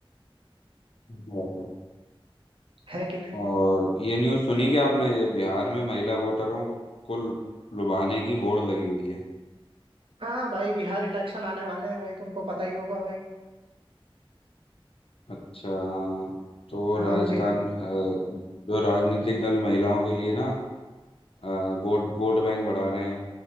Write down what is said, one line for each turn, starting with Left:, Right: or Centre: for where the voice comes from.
Left: बात है।
Right: है कि नहीं
Left: और ये न्यूज़ सुनी क्या आपने ये बिहार में महिला वोटरों को को लुभाने की होड़ लगी हुई है
Right: हाँ भाई बिहार इलेक्शन आने वाले हैं भाई तुमको पता ही होगा भाई
Left: अच्छा हाँ तो
Right: हाँ
Left: राजस्थान
Right: बिहार
Left: अ, जो राजनीतिक दल महिलाओं के लिए ना अ, वोट वोट बैंक बढ़ा रहे हैं